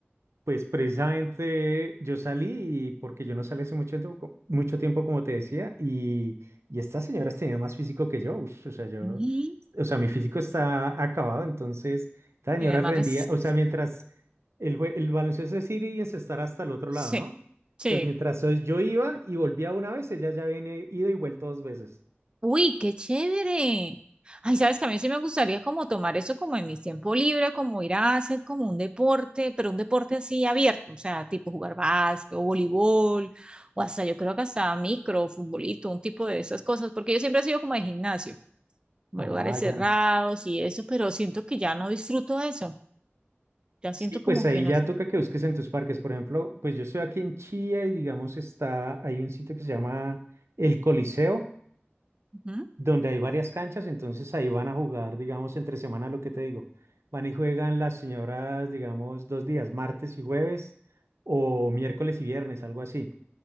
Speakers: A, on the right; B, on the right.
A: Pues precisamente yo salí y porque yo no salí hace mucho tiempo, co- mucho tiempo como te decía, y, y estas señoras tenían más físico que yo, ush, o sea, yo,
B: Y
A: o sea, mi físico está acabado, entonces esta señora
B: tiene más
A: rendía,
B: resistencia.
A: o sea, mientras el, jue- el baloncesto es ir y encestar hasta el otro
B: Sí,
A: lado, ¿no?
B: sí.
A: Entonces, mientras yo iba y volvía una vez, ella ya había ido y vuelto dos veces.
B: Uy, qué chévere. Ay, sabes que a mí sí me gustaría como tomar eso como en mi tiempo libre, como ir a hacer como un deporte, pero un deporte así abierto, o sea, tipo jugar básquet o voleibol, o hasta yo creo que hasta micro, futbolito, un tipo de esas cosas, porque yo siempre he sido como de gimnasio. como
A: Ah,
B: lugares cerrados
A: ya.
B: y eso, pero siento que ya no disfruto eso. Ya
A: Sí,
B: siento
A: pues
B: como
A: ahí
B: que no
A: ya
B: es.
A: toca que busques en tus parques. Por ejemplo, pues yo estoy aquí en Chía y digamos está, hay un sitio que se llama El Coliseo,
B: Ujú,
A: donde hay varias canchas, entonces ahí van a jugar, digamos, entre semana lo que te digo. Van y juegan las señoras, digamos, dos días, martes y jueves, o miércoles y viernes, algo así.